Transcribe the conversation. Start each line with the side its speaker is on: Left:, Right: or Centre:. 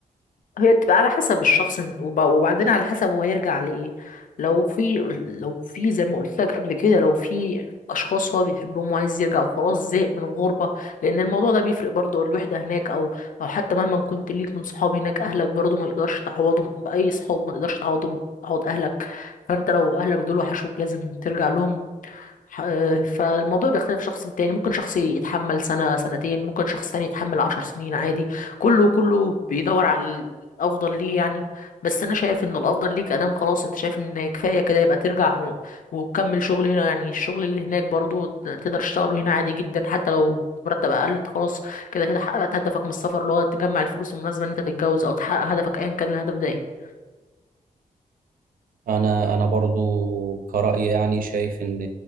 Left: هي بتبقى على حسب الشخص وب- وبعدين على حسب هو يرجع لإيه لو في لو في زي ما قلت لك قبل كده لو في أشخاص هو بيحبهم وعايز يرجع وخلاص زهق من الغربة لأن الموضوع ده بيفرق برضه الوحدة هناك أو أو حتى مهما كنت ليك من صحاب هناك أهلك برضه ما يقدرش تعوضهم بأي صحاب ما تقدرش تعوضهم تعوض أهلك فأنت لو أهلك دول وحشوك لازم ترجع لهم ح- فالموضوع بيختلف شخص من تاني ممكن شخص يتحمل سنة سنتين ممكن شخص تاني يتحمل عشر سنين عادي كله كله بيدور على الأفضل ليه يعني بس أنا شايف إن الأفضل ليك أدام خلاص أنت شايف إن كفاية كده يبقى ترجع و- وتكمل شغل هنا يعني الشغل اللي هناك برضو ت- تقدر تشتغله هنا عادي جدا حتى لو مرتب أقل أنت خلاص كده كده حققت هدفك من السفر اللي هو تجمع الفلوس المناسبة إن أنت تتجوز أو تحقق هدفك أيا كان الهدف ده إيه
Right: انا انا برضو كرأي يعني شايف ان